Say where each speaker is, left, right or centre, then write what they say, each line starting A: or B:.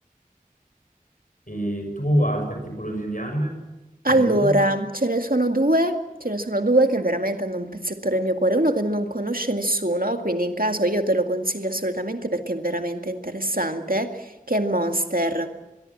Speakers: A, on the left; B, on the right.
A: E tu altre tipologie di anime? Carini?
B: Allora, ce ne sono due, ce ne sono due che veramente hanno un pezzetto del mio cuore, uno che non conosce nessuno, quindi in caso io te lo consiglio assolutamente perché è veramente interessante, che è Monster.